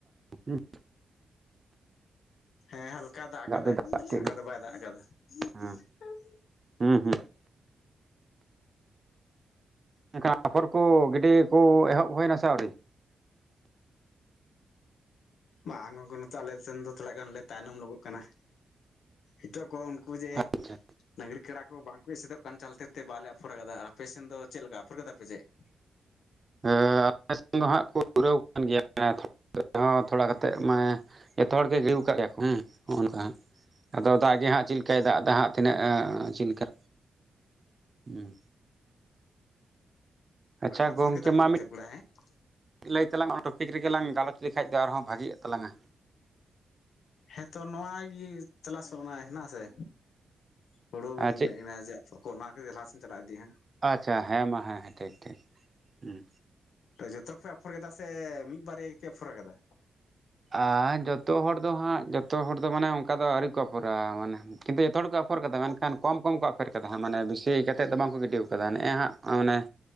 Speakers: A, on the right; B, on the left.
A: ᱢᱤᱫᱽ
B: ᱦᱮᱸ ᱦᱟᱞᱠᱟ ᱫᱟᱜ ᱠᱟᱫᱟᱭ
A: ᱫᱚᱭ ᱠᱮᱫ
B: ᱚᱱᱠᱟ
A: ᱜᱮ
B: ᱫᱚ ᱵᱟᱭ ᱫᱟᱜ ᱠᱟᱫᱟ
A: ᱦᱮᱸ
B: ᱮᱸᱧ
A: ᱦᱩᱸ ᱦᱩᱸ ᱮᱱᱠᱷᱟᱱ ᱟᱯᱷᱚᱨ ᱠᱚ ᱜᱤᱰᱤ ᱠᱚ ᱮᱦᱚᱵ ᱦᱩᱭᱮᱱᱟ ᱥᱮ ᱟᱹᱣᱨᱤ?
B: ᱵᱟ ᱟᱝᱳᱜᱳ ᱱᱤᱛᱚ ᱟᱞᱮ ᱥᱮᱸᱱ ᱫᱚ ᱛᱷᱚᱲᱟ ᱜᱟᱱ ᱞᱮ ᱛᱟᱸᱭᱱᱚᱢ ᱱᱚᱜᱚᱜ ᱠᱟᱱᱟ ᱱᱤᱛᱚᱜ ᱠᱚ ᱩᱱᱠᱩ ᱡᱮ
A: ᱟᱪᱪᱷᱟ
B: ᱰᱟ. ᱝᱨᱤ ᱠᱟᱲᱟ ᱠᱚ ᱵᱟᱝ ᱠᱚ ᱮᱥᱮᱫᱚᱜ ᱠᱟᱱ ᱪᱟᱞᱛᱮ ᱛᱮ ᱵᱟᱞᱮ ᱟᱯᱷᱚᱨ ᱟᱠᱟᱫᱟ ᱟᱨ ᱟᱯᱮ ᱥᱮᱮᱫ ᱫᱚ ᱪᱮᱫ ᱞᱮᱠᱟ ᱟᱯᱷᱚᱨ ᱠᱟᱫᱟ ᱯ ᱪᱮᱫ <inaudible>
A: ᱟᱞᱮ ᱥᱮᱱ ᱫᱚ ᱦᱟᱸᱜ ᱠᱚ ᱯᱩᱨᱟᱹᱣ ᱟᱠᱟᱱ ᱜᱮᱭᱟ ᱦᱚᱸ ᱛᱷᱚᱲᱟ ᱠᱟᱛᱮᱫ ᱢᱟᱱᱮ ᱡᱚᱛᱚ ᱦᱚᱲ ᱜᱮᱮ ᱡᱤᱨᱣ ᱟᱠᱟᱫ ᱜᱮᱭᱟ ᱠᱚ ᱦᱚᱸᱜᱼᱝᱠᱟ ᱟᱫᱚ ᱫᱟᱜ ᱜᱮ ᱦᱟᱸᱜ ᱪᱮᱫ ᱞᱮᱠᱟᱭ ᱫᱟᱜ ᱮ ᱦᱜ ᱛᱤᱱᱟᱹᱜ ᱪᱮᱫ ᱞᱮᱠᱟ ᱦᱮᱸ ᱟᱪᱷᱟ
B: ᱟᱯᱷᱚᱨ
A: ᱜᱚᱢᱠᱮ
B: ᱠᱮᱫᱟ ᱯᱮ
A: ᱢᱟ
B: ᱚᱱᱛᱮ
A: ᱢᱤᱫ
B: <unintelligible>
A: ᱞᱟᱹᱭ ᱛᱟᱞᱟᱝ ᱚᱱᱟ ᱴᱚᱯᱤᱠ ᱨᱮᱜᱮ ᱞᱟᱝ ᱜᱟᱞᱚᱪ ᱞᱮᱠᱷᱟᱡ ᱫᱚ ᱟᱨᱦᱚᱸ ᱵᱷᱟᱜᱤᱜ ᱛᱟᱞᱟᱝᱟ
B: ᱦᱮᱸᱛᱚ ᱱᱚᱶᱟ ᱜᱮ ᱛᱚᱞᱟᱥᱚᱜ ᱠᱟᱱᱟ ᱦᱮᱱᱟᱜ ᱥᱮ? ᱦᱩᱲᱩᱮᱡ
A: ᱟᱨ ᱪᱮᱫ
B: ᱡᱮ ᱠᱚ ᱚᱱᱟ ᱠᱚ ᱞᱟᱦᱟᱥᱧ ᱪᱟᱞᱟᱜ ᱤᱫᱤᱜᱼᱟ
A: ᱟᱪᱪᱷᱟ ᱦᱮᱸ ᱢᱟ ᱦᱮᱸ ᱦᱮᱸ ᱴᱷᱤᱠ ᱴᱷᱤᱠ ᱦᱮᱸ
B: ᱡᱚᱛᱚ ᱜᱮᱯᱮ ᱟᱯᱷᱚᱨ ᱠᱮᱫᱟ ᱥᱮ ᱢᱤᱫ ᱵᱟᱨᱭᱟ ᱜᱮᱯᱮ ᱟᱯᱷᱚᱨ ᱠᱟᱫᱟ
A: ᱟᱨ ᱡᱚᱛᱚ ᱦᱚᱲ ᱫᱚ ᱦᱟᱸᱜ ᱡᱚᱛᱚ ᱦᱚᱲ ᱫᱚ ᱢᱟᱱᱮ ᱚᱱᱠᱟ ᱫᱚ ᱟᱹᱣᱨᱤ ᱠᱚ ᱯᱩᱨᱟ ᱢᱟᱱᱮ ᱠᱤᱱᱛᱩ ᱡᱚᱛᱚ ᱦᱚᱲ ᱠᱚ ᱟᱯᱷᱮᱨ ᱠᱟᱫᱟ ᱢᱮᱱᱠᱷᱟᱱ ᱠᱚᱢ ᱠᱚᱢ ᱠᱚ ᱟᱯᱷᱮᱨ ᱟᱠᱟᱫᱟ ᱦᱟᱜ ᱢᱟᱱᱮ ᱵᱤᱥᱤ ᱠᱟᱛᱮᱫ ᱫᱚ ᱵᱟᱝᱠᱚ ᱜᱤᱰᱤ ᱟᱠᱟᱫᱟ ᱱᱮᱜᱼᱮ ᱦᱟᱸᱜ ᱢᱟᱱᱮ